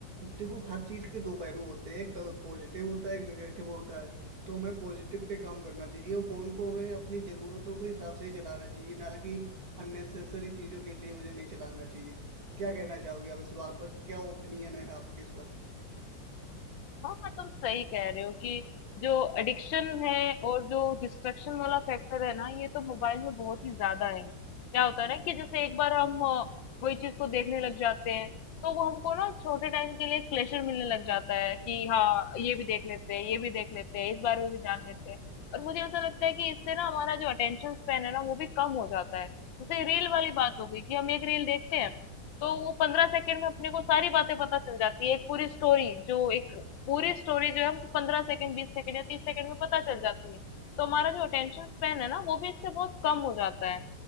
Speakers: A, on the right; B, on the left.
A: देखो हर चीज के दो पहलू होते हैं एक पॉजिटिव होता है एक नेगेटिव होता है तो हमें पॉजिटिव पे काम करना चाहिए और फोन को हमें अपनी जरूरतों के हिसाब से ही चलाना चाहिए ना कि अननेसेसरी चीजों के लिए मुझे नहीं चलाना चाहिए क्या कहना चाहोगी आप इस बात पर क्या ओपिनियन है आपके इस पर
B: हाँ पर तुम सही कह रहे हो कि जो एडिक्शन है और जो डिस्ट्रक्शन वाला फैक्टर है ना ये तो मोबाइल में बहुत ही ज्यादा है क्या होता है ना कि जैसे एक बार हम अ, कोई चीज को देखने लग जाते हैं तो वो हमको ना छोटे टाइम के लिए प्लेजर मिलने लग जाता है कि हाँ ये भी देख लेते हैं ये भी देख लेते हैं इस बारे में भी जान लेते हैं और मुझे ऐसा लगता है कि इससे ना हमारा जो अटेंशन स्पैन है ना वो भी कम हो जाता है जैसे रील वाली बात हो गई कि हम एक रील देखते हैं तो वो पंद्रह सेकंड में अपने को सारी बातें पता चल जाती है एक पूरी स्टोरी जो एक पूरी स्टोरी जो है हमको 15 सेकंड 20 सेकंड या 30 सेकंड में पता चल जाती है तो हमारा जो अटेंशन स्पैन है ना वो भी इससे बहुत कम हो जाता है